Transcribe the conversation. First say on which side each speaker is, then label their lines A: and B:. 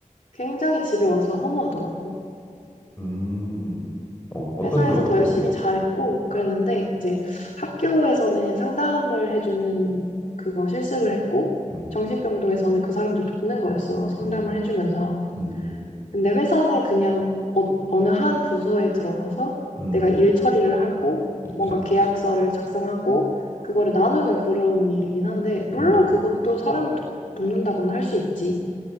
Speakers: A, on the left (about 70°); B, on the left (about 20°).
A: 굉장히 집에 와서 허무하더라고.
B: 음. 어, 어떤
A: 회사에서
B: 점,
A: 더
B: 어,
A: 열심히 잘했고 그랬는데 이제 학교에서는 상담을 해주는 그거 실습을 했고
B: 음,
A: 정신병동에서는 그 사람들 돕는 거였어. 상담을
B: 음,
A: 해주면서.
B: 음,
A: 근데 회사는 그냥 어, 어느 한 부서에 들어가서
B: 음,
A: 내가 일 처리를 하고
B: 그치,
A: 뭔가
B: 그치.
A: 계약서를 작성하고 그거를 나누는 그런 일이긴 한데 물론
B: 음,
A: 그것도 사람을 돕, 돕는다고는 할 수 있지.